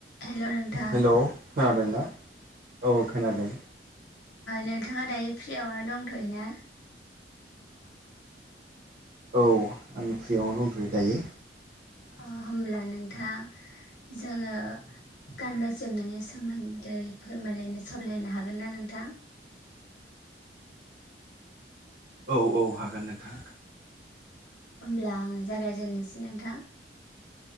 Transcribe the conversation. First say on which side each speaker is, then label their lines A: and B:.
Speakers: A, on the left; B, on the right.
A: हेल' नोंथां।
B: हेलौ खोनादोंना औ खोनादों।
A: नोंथाङा दायो फ्रियावनो दंथ'योना?
B: औ आं फ्रियावनोंथयो दंथ'यो दायो।
A: होमब्ला नोंथां जोंङो गानाय। जोमनायनि सोमोन्दै फोरमायलायनो सावलायनो हागोन ना नोंथां?
B: औ औ हागोन नोंथां।
A: होमब्ला आङो जागायजेननोसै नोंथां।